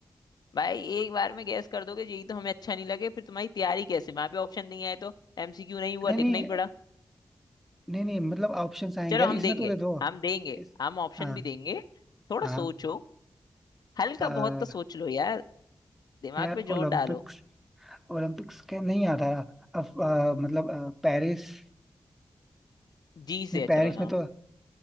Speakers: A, on the left; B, in the centre.
A: भाई एक बार में गैस कर दोगे यही तो हमें अच्छा नहीं लगे फिर तुम्हारी तैयारी कैसे वहां पे ऑप्शन नहीं आए तो एमसीक्यू नहीं हुआ
B: नहीं नहीं
A: लिखना ही पड़ा
B: नहीं नहीं मतलब ऑप्शंस आएंगे
A: चलो
B: यार
A: हम
B: इसमें
A: देंगे
B: तो दे दो
A: हम देंगे
B: इस,
A: हम ऑप्शन
B: हाँ
A: भी देंगे थोड़ा
B: हाँ
A: सोचो हल्का
B: अ,
A: बहुत तो सोच लो यार दिमाग
B: यार
A: पे जोर
B: ओलंपिक्स
A: डालो
B: ओलंपिक्स क्या नहीं आता अब अ, मतलब अ, पेरिस
A: जी से
B: नहीं
A: है
B: पेरिस
A: चलो नाम
B: में तो